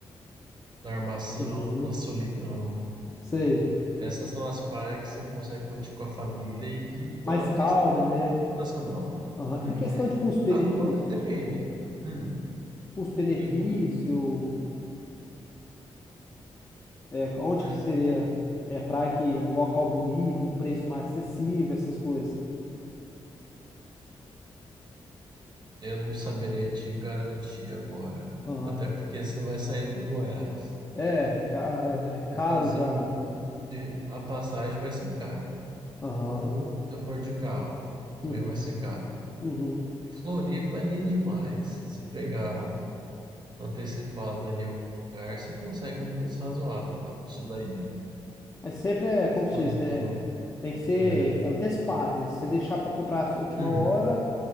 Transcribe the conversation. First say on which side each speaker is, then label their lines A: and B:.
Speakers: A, on the right; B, on the left.
A: da Armação,
B: Uhum.
A: da Solidão.
B: Sei.
A: Essas são as praias que você consegue curtir com a família e que tem
B: Mais
A: uma
B: calma,
A: vista
B: né?
A: sensacional.
B: Aham.
A: Hum.
B: E questão de custo-benefício?
A: Agora, depende. Hum.
B: custo-benefício,
A: Em co- em-
B: é, onde
A: hum,
B: que seria é, praia que é um local bonito, um preço mais acessível, essas coisas.
A: Eu não saberia te garantir agora.
B: Aham.
A: Até porque você vai sair do Goiás
B: É, já é caro
A: e fazer
B: já.
A: um. e a passagem vai ser cara.
B: Aham.
A: Ou se for de carro,
B: Uhum.
A: também vai ser caro.
B: Uhum.
A: Floripa é lindo demais. Se pegar antecipado aí algum lugar, você consegue num preço razoável, lá pro sul da ilha.
B: Mas sempre é, como
A: Solidão.
B: se diz, né? Tem que ser
A: Uhum.
B: antecipado, né? Se você deixar para comprar a última
A: Uhum.
B: hora,